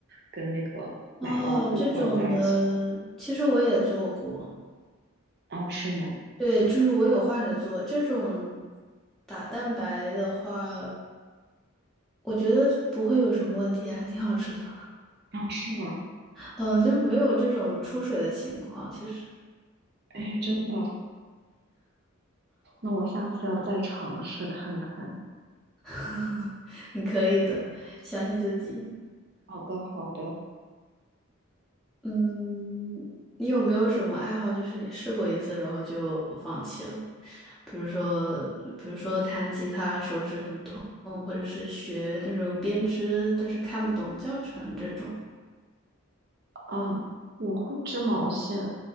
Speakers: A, on the right; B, in the centre.
A: 跟那个奶酪糊混在一起的，
B: 哦，这种的，其实我也做过。
A: 哦，是吗？
B: 对，就是我有换着做这种打蛋白的话，我觉得不会有什么问题啊还挺好吃的。
A: 哦，是吗？
B: 嗯，就没有这种出水的情况。其实，
A: 哎，真的。那我下次要再尝试看看。
B: <laughs> 你可以的，相信自己。
A: 好的，好的，
B: 嗯，你有没有什么爱好，就是你试过一次，然后就放弃了？比如说，比如说弹吉他手指很痛，或者是学那种编织，但是看不懂教程这种。
A: 啊，我会织毛线，